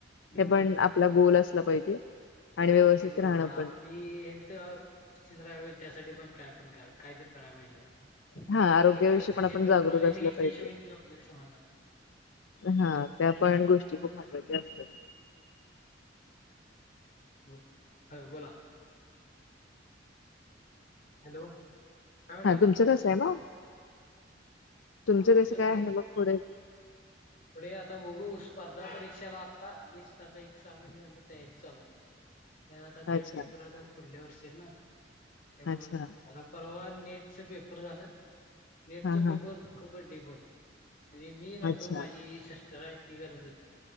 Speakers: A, on the left; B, on the left.
A: हम्म
B: हे पण आपला गोल असलं पाहिजे.
A: होय
B: आणि व्यवस्थित
A: तेे बरोबर
B: राहणं
A: आहे आपली
B: पण
A: हेल्थ व्यवस्थित राहावे त्यासाठी पण काय पण काय काय तर करावायचं.
B: हा आरोग्याविषयी
A: आणि बाहेरच
B: पण आपण
A: जनरल
B: जागरूक
A: नॉलेज
B: असलं
A: घेतल्याशिवाय
B: पाहिजे
A: ते आपल्याला समजणार
B: हा त्या पण गोष्टी खूप महत्वाच्या असतात
A: बोल हो बोला हॅलो. काय म्हटला
B: हा तुमचं कसं आहे मग? तुमचं
A: आमचं
B: कसं काय
A: म्हणजे
B: आहे मग पुढे
A: पुढे आता बघू स्पर्धा परीक्षाला आता जे आता एक सहा महिने झाली तयारी चालू आहे. त्या आता काही
B: अच्छा
A: पेपर आता फुढल्या वर्षी आहेत ना त्यामुळे
B: अच्छा
A: आता परवा नेटचं पेपर झालं नेटच
B: हा
A: पेपर
B: हा
A: खूपच डिप म्हणजे मी नव्हतो
B: अच्छा
A: माझी सिस्टर आहे ती करत होती.